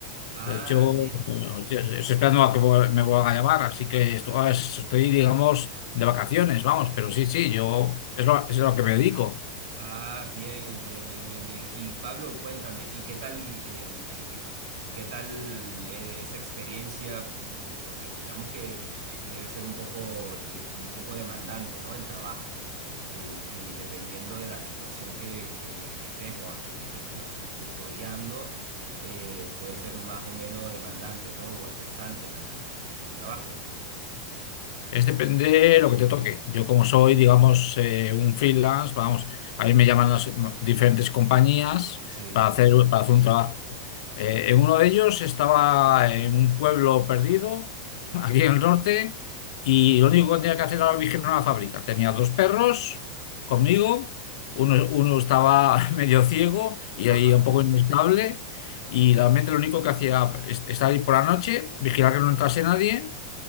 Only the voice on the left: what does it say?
De hecho,
estoy estoy esperando a que vu- me vuelvan a llamar, así que esto- ah, es- estoy, digamos, de vacaciones, vamos, pero sí, sí, yo es lo, es a lo que me dedico.
Es depende de lo que te toque. Yo como soy, digamos, eh, un freelance, vamos, a mí me llaman las m- diferentes compañías
para hacer, para hacer un trabajo. Eh, en uno de ellos estaba en un pueblo perdido, <laughs> aquí en el norte, y lo único que tenía que hacer era vigilar una fábrica. Tenía dos perros conmigo, uno, uno estaba <laughs> medio ciego y
ahí un poco inestable, y realmente lo único que hacía era est- estar ahí por la noche, vigilar que no entrase nadie